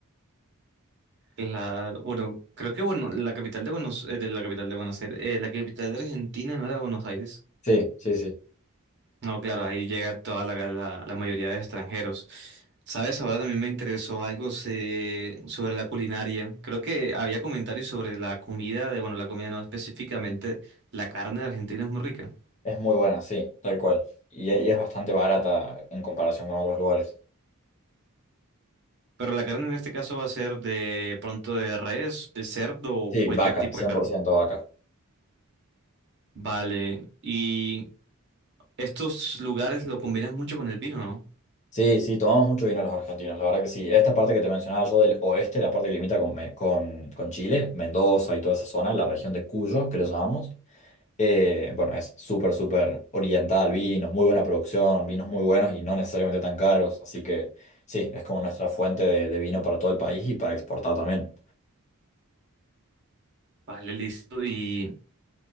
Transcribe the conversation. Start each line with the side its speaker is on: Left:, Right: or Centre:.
Right: La, bueno, creo que, bueno, la capital de Buenos, eh, de la capital de Buenos Aires, eh, la capital de Argentina no era Buenos Aires.
Left: Sí, sí, sí.
Right: No, claro, ahí llega toda la, la- la mayoría de extranjeros. ¿Sabes? Ahora también me interesó algo se- sobre la culinaria. Creo que había comentarios sobre la comida, de, bueno, la comida no específicamente, la carne de Argentina es muy rica.
Left: Es muy buena, sí, tal cual. Y, e- y es bastante barata en comparación con otros lugares.
Right: Pero la carne en este caso va a ser de pronto de res, de cerdo o
Left: Sí,
Right: cualquier
Left: vaca,
Right: tipo
Left: cien
Right: de carne.
Left: por ciento vaca.
Right: Vale, y estos lugares lo combinan mucho con el vino, ¿no?
Left: Sí, sí, tomamos mucho vino los argentinos, la verdad que sí. Esta parte que te mencionaba yo del oeste, la parte que limita con, Me- con, con Chile, Mendoza y toda esa zona, la región de Cuyo, que le llamamos, Eh, bueno, es súper, súper orientada al vino, muy buena producción, vinos muy buenos y no necesariamente tan caros. Así que sí, es como nuestra fuente de, de vino para todo el país y para exportar también.
Right: Vale, listo. ¿Y